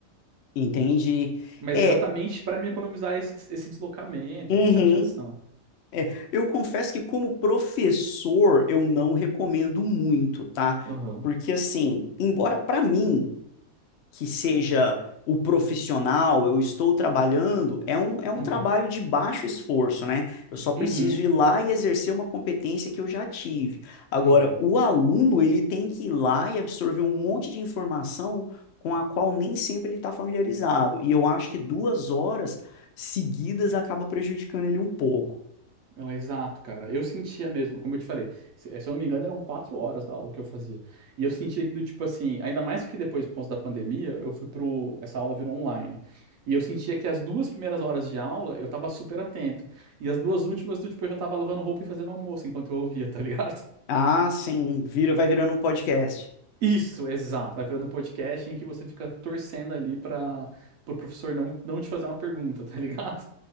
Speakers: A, on the left; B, on the right.
A: Entende?
B: Mas
A: É,
B: exatamente para me economizar esse, des- esse deslocamento
A: uhum,
B: e essa chateação.
A: é. Eu confesso que como professor eu não recomendo muito, tá?
B: Aham.
A: Porque assim, embora para mim que seja o profissional, eu estou trabalhando, é um, é um
B: Uhum.
A: trabalho de baixo esforço, né? Eu só preciso
B: Uhum.
A: ir lá e exercer uma competência que eu já tive. Agora,
B: Uhum.
A: o aluno, ele tem que ir lá e absorver um monte de informação com a qual nem sempre ele está familiarizado. E eu acho que duas horas seguidas acaba prejudicando ele um pouco.
B: Não, exato, cara. Eu sentia mesmo, como eu te falei, se, eh, se eu não me engano, eram quatro horas da aula que eu fazia. E eu sentia que do tipo assim, ainda mais que depois, por causa da pandemia, eu fui pro. Essa aula virou online. E eu sentia que as duas primeiras horas de aula eu tava super atento. E as duas últimas, do tipo, eu já tava lavando roupa e fazendo almoço enquanto eu ouvia, tá ligado?
A: Ah, sim, vira, vai virando um podcast.
B: Isso, exato. Vai virando um podcast em que você fica torcendo ali para o professor não, não te fazer uma pergunta, <laughs> tá ligado?